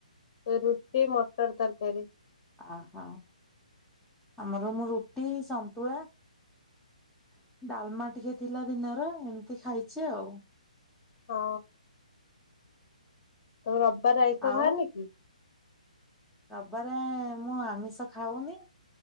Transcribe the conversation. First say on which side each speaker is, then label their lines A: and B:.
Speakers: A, on the left; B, in the centre.
A: ରୁଟି, ମଟର୍ ତରକାରୀ।
B: ଓହୋ ଆମେ ଆ ମୁଁ ରୁଟି, ସନ୍ତୁଳା <inaudible> ଡାଲମା ଟିକେ ଥିଲା ଦିନର। ଏମିତି ଖାଇଛି ଆଉ।
A: ହଁ। <inaudible> ତାର ଆଇସ
B: ଆଉ
A: ବାରିନିକି?
B: <unintelligible> ମୁଁ ଆମିଷ ଖାଉନି।